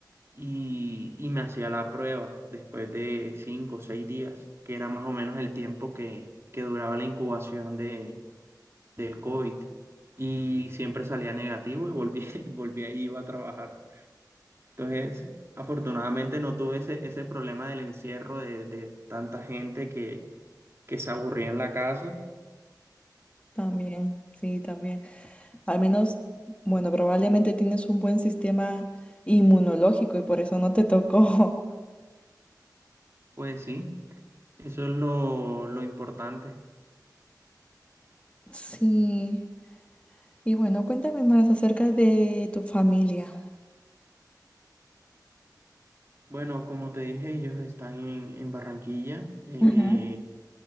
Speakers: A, on the right; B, on the left.
A: y, y me hacía la prueba después de cinco o seis días, que era más o menos el tiempo que, que duraba la incubación de, del COVID. Y siempre salía negativo y volví, <laughs> volví ahí iba a trabajar. Entonces, afortunadamente no tuve ese, ese problema del encierro de, de tanta gente que, que se aburría en la casa
B: También, sí, también. Al menos, bueno, probablemente tienes un buen sistema inmunológico y por eso no te tocó. <laughs>
A: Pues sí, eso es lo, lo importante.
B: Sí. Y bueno, cuéntame más acerca de tu familia.
A: Bueno, como te dije, ellos están en, en Barranquilla. Eh,
B: Ajá,